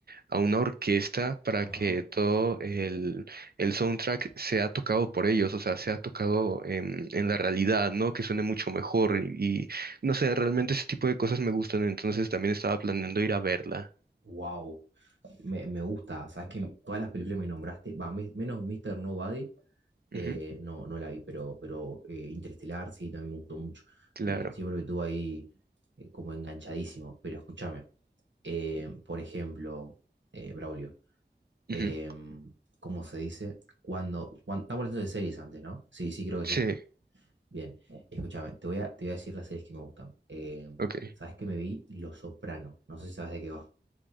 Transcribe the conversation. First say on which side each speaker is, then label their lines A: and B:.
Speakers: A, on the right (about 55°); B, on the right (about 80°).
A: a una orquesta para
B: Ajá.
A: que todo el, el soundtrack sea tocado por ellos, o sea, sea tocado en, en la realidad, ¿no? Que suene mucho mejor y, y, no sé, realmente ese tipo de cosas me gustan, entonces también estaba planeando ir a verla.
B: Wow, me, me gusta. Sabes que todas las películas que me nombraste, va, me- menos Mr. Nobody Eh,
A: Ujú,
B: no, no la vi, pero, pero eh, Interestelar sí, también me gustó mucho.
A: claro.
B: Eh, siempre me tuvo ahí eh, como enganchadísimo. Pero escúchame, eh, por ejemplo, eh, Braulio,
A: Ujú,
B: em, ¿cómo se dice? Cuando, cuan- estamos hablando de series antes, ¿no? Sí, sí, creo que
A: Sí,
B: sí. Bien, escúchame, te voy a, te voy a decir las series que me gustan. Em,
A: ok.
B: ¿sabes qué me vi? Los Soprano. No sé si sabes de qué va.